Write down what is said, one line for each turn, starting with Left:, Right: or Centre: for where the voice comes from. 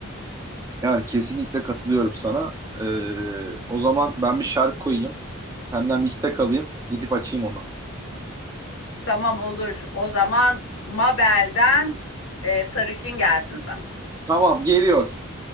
Right: Yani kesinlikle katılıyorum sana. Ee, o zaman ben bir şarkı koyayım. Senden bir istek alayım. Gidip açayım onu.
Left: Tamam olur. O zaman Mabel'den e, sarışın gelsin sana.
Right: Tamam, geliyor.